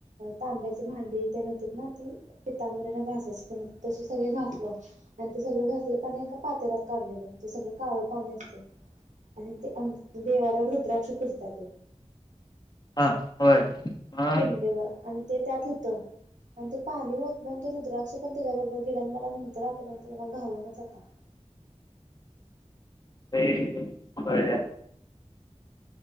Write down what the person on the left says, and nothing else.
हा होय. हा
हे बळ